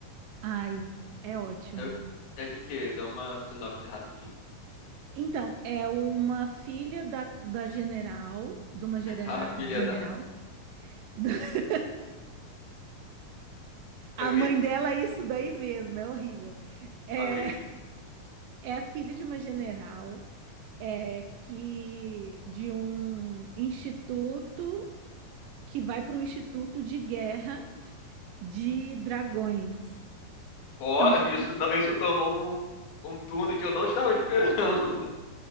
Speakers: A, on the right; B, on the left.
A: Ai, é ótimo.
B: É, é de quê? Dá uma sinopse rapidinho.
A: Então, é uma filha da, da general, de uma genera-
B: <laughs> Ah, filha
A: general.
B: da.
A: <laughs> A
B: Ok,
A: mãe dela é isso daí mesmo, é horrível. É,
B: ok.
A: é filha de uma general, é que de um instituto que vai para um instituto de guerra de dragões.
B: Ó,
A: Então, tipo
B: isso, não- isso tomou um, um turno que eu não estava esperando. <laughs>